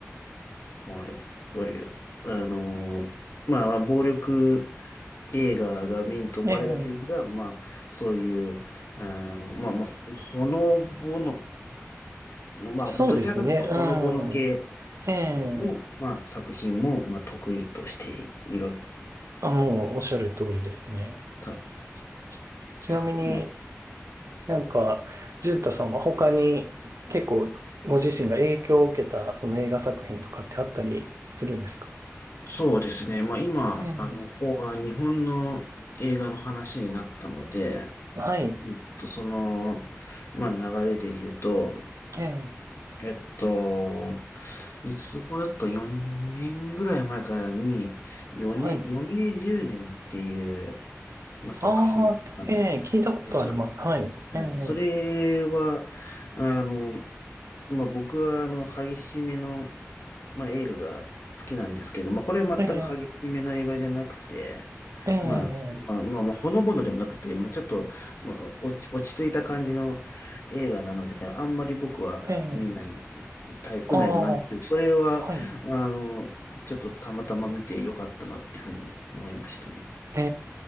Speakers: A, on the left (about 60°); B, on the right (about 75°).
A: まあ、やっぱり、あの、まあ、まあ、暴力映画がメインと思われがちですが、
B: ええ、
A: まあ、そういう、あのまあ、まあ、ほほのぼの、まあ、
B: そうですね。
A: まあどちらかというと、ほのぼの系
B: うん。ええ、
A: の、まあ、作品も、まあ、得意としているわけです。
B: あ、もうおっしゃる通りですね。
A: さ、
B: ち、ちなみに、
A: いまあ
B: なんか、淳太さんは他に結構ご自身が影響を受けたその映画作品とかってあったりするんですか
A: そうですね。まあ今、
B: ええ、
A: あの、方が日本の映画の話になったので、
B: はい。
A: うんちょっとその、まあ流れで言うと、
B: ええ、
A: えっと、いつ頃だと4年ぐらい前からに、4年、
B: はい。
A: 余命10年っていう、まあ、作品が、
B: ああ、ええ聞いたことあります。
A: そ
B: はい。
A: はい。
B: ええ、
A: それは、あの、まあ、僕は、あの、激しめの、まあ、映画が好きなんですけど、まあ、これは全く激しめの映画じゃなくて、
B: えええ
A: まあ、まあ、まあ、まあほのぼのでもなくて、まあ、ちょっと、まあ、落ち、落ち着いた感じの映画なので、あんまり僕は見ないタイプの映画なんですけど、
B: えええああ、
A: それは、
B: はい。
A: あの、ちょっとたまたま見てよかったなっていうふうに思いましたね。
B: え